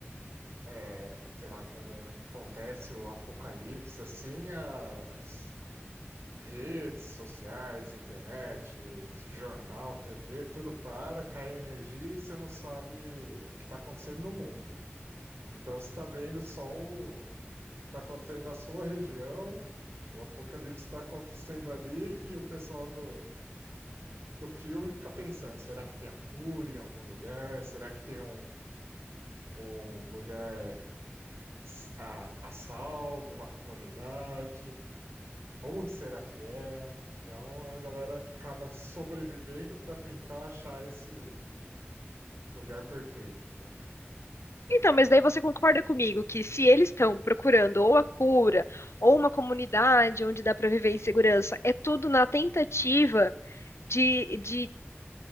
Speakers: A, on the right; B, on the left.
A: é, sei lá, quando acontece o apocalipse, assim, as redes sociais, internet, jornal, TV, tudo para, cai a energia e você não sabe o que está acontecendo no mundo. Então você está vendo só o, o que está acontecendo na sua região, o apocalipse está acontecendo ali e o pessoal do, do filme fica pensando, será que tem a cura em algum lugar? Será que tem um um lugar a, a salvo, uma comunidade, onde será que é? Então a galera acaba sobrevivendo para tentar achar esse lugar perfeito, né?
B: Então, mas daí você concorda comigo que se eles estão procurando ou a cura ou uma comunidade onde dá para viver em segurança, é tudo na tentativa de, de